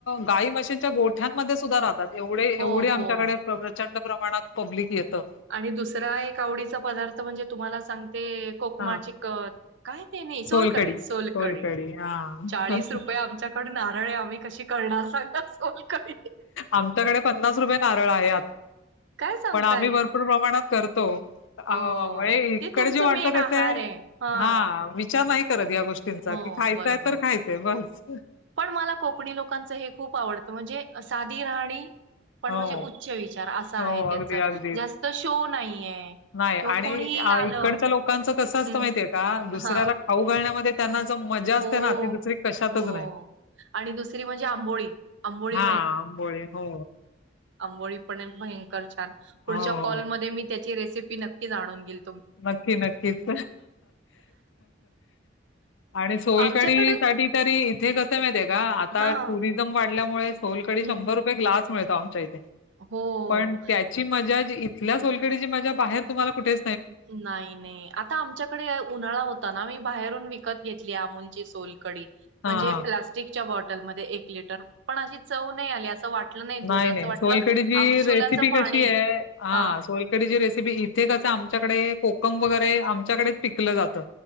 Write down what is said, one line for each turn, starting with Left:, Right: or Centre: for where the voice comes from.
Left: गाई मशीनच्या गोठ्यांमध्ये सुधा राहतात एवढे एवढे
Right: हो, हो.
Left: आमच्याकडे प्रचंड प्रमाणात पब्लिक येतो
Right: आणि दुसर एक आवडीचा पदार्थ म्हणजे तुम्हाला सांग ते कोकमा
Left: हां,
Right: च कत काय ते नाही सोलकडी
Left: सोलकढी,
Right: सोलकडी
Left: सोलकढी हां.
Right: चाळीस रुपये आमच्याकड नारळ आम्ही कशी करणार सोलकढी.
Left: आमच्याकडे पन्नास रुप कारळ आहे
Right: काय सांगताय?
Left: पण आम्ही भरपूर प्रमाणात कर तो म्ह
Right: हो.
Left: इकडे
Right: ते तुमचं
Left: जे वाटत
Right: मेन आहार
Left: कसं आहे
Right: हां.
Left: हा विचार नाही क्या गोीं
Right: हो,
Left: क खायचाय
Right: बरोबर
Left: तर
Right: आहे.
Left: खायचं बस
Right: पण मला कोकणी लोकांचं हे खूप आवडतं म्हणजे साधी राहणी पण
Left: हो
Right: म्हणजे उच्च विचार असा
Left: हो
Right: आहे त्यांचा.
Left: अगदी अगदी
Right: जास्त शो नाहीये
Left: नाही
Right: किंवा
Left: आणि
Right: कुणीही आलं
Left: इकडच्या लोकांच कस असत
Right: हं.
Left: माहितीय आहे का दुसऱ्याला
Right: हां.
Left: खाऊ घालण्यामध्ये त्या मजा असते
Right: हो,
Left: ना दुसरी कशातच
Right: हो.
Left: नाही
Right: आणि दुसरी म्हणजे आंबोळी. आंबोळी
Left: हा ब हो
Right: अंोळी पण एक भयंकर पुढच्या
Left: हो,
Right: कॉल
Left: हो.
Right: म म त्याची रेस नक्की जाणून घे
Left: नक्की नक्कीच आणि सोलकडी
Right: आमच्याकडे
Left: साठी तरी इथे कसं माहित आहे का आता
Right: हां,
Left: टुरिझम वाढल्यामुळे सोलकडी
Right: हं.
Left: शभर रुपये ग्स मुळेळतो आमच्या इथ ते
Right: हो.
Left: पण त्याची मजा इथल्या सोलकडीची माझ्या बाहेर तुम्हाला कुठे
Right: नाही नाही आता आमच्याकडे उन्हाळा होता ना मी बाहेरून विकत घेतली अमूलची सोलकडी म्हणजे
Left: हां, हां.
Right: प्लास्टिक च्या बॉटलमध्येध्ये एक लिटर पण अशी चव नाही आली. असं वाटलं दूध
Left: नाही
Right: असं
Left: नाही
Right: वाटलं
Left: सोलकडीची
Right: आमसुलाचं
Left: रेसिपी
Right: पाणी.
Left: कशी आहे हा
Right: हां,
Left: सोलकडीची रेसिपी इथे कस आमच्याकडे कोकम वगैरे आमच्याकडेच पिकलं जातं